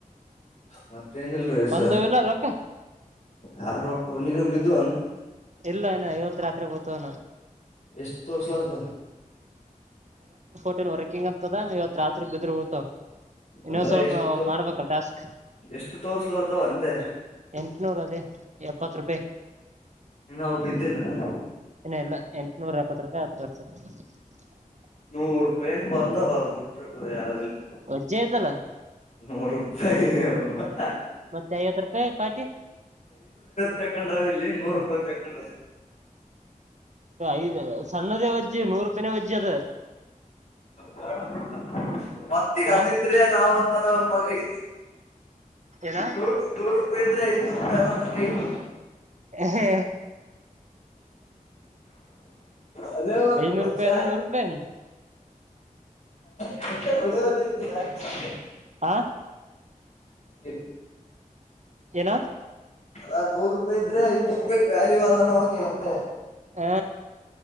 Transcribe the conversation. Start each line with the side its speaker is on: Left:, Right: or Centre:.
Left: ಮತ್ತೇನ ಇಲ್ರಿ ಸರ್
Right: ಒಂದು ಇಲ್ಲ ರೊಕ್ಕ
Left: ಯಾರು ನೀನು ಬಿದ್ದು ಅಾನ
Right: ಇಲ್ಲ ನ ಇವತ್ ರಾತ್ರಿ ಬತವನ
Left: ಎಷ್ಟ ತೋರ್ರಿಸಲ
Right: ರಿಂಗ ್ ಇವತ್ ರಾತ್ರಿ ಬಿದ್ರ ಹತ ಇನ್ನೊ್
Left: ಅಲ್ಲ
Right: ಸ್ವಲ್ಪ
Left: ಎಷ್ಟು
Right: ನಾವು
Left: ತೋರ್
Right: ಮಾಡ್ಬೇಕಲ್ ಟಾಸ್ಕ್
Left: ಎಷ್ಟು ತೋರ್ಸ್ಲತ್ತವ ಅಂದೆ
Right: ಎಂಟನೂರ ಅದೇ ಎಪ್ಪತ್ ರೂಪಾಯಿ
Left: ಇನ್ನಾವ್ ಬಿದ್ದಿಲ್ಲನ
Right: ಇನ್ನ ಇಲ್ಲ ಎಂಟನೂರ ಎಪ್ಪತ್ ರೂಪಾಯಿ <unintelligible>
Left: ನೂರ್ ರೂಪಾಯಿನ್ ಬಂದ ಹದಬಿಟ್ರ ಹ ಯಾವವುಿಲ್ಲ
Right: ವಜ್ಜೆ ಆಯ್ತಲ್ಲ
Left: ನೂರು ರೂಪಾಯಿ ಹ ಹಾ
Right: ಮತ್ತೆ ಐವತ್ತು ರೂಪಾಯಿ ಪಾರ್ಟಿ
Left: ತಗೊಂಡಾವ ಇಲ್ಲಿ ನೂರು ರೂಪಾಯಿ ತಕೊಂಡಾವ
Right: ಐದ್ ಸಣ್ಣದೇ ವಜ್ಜೆ ನೂರತ್ತನೇ ವಜ್ಜ ಅದ ಹ
Left: ಗ ಮತ್ತಗ
Right: ಆ
Left: ಹಸಿದ್ರೆ ನಾವಂತ ನ ಮಗೇ
Right: ಏನ
Left: ನೂರು ನೂರು ರೂಪಾಯಿ ಎ ಐರ
Right: ಹಾ
Left: ಅದೇ ಮ
Right: ಐನೂರು
Left: ಮಂಚಾಯ
Right: ರೂಪಾಯಿನ ನೂರು ರೂಪಾಯಿನ
Left: ಮಸ ಹೊಡ ಹೊ ಇ ಯಾರ <unintelligible>
Right: ಆ
Left: <unintelligible>
Right: ಏನ
Left: ಅ ನೂರು ರೂಪಾಯಿ ್ರ ಐನೂರುಾಯ ವ್ಯಲ್ವಾದಾನವು ನೀ ಹಂದ
Right: ಹಾ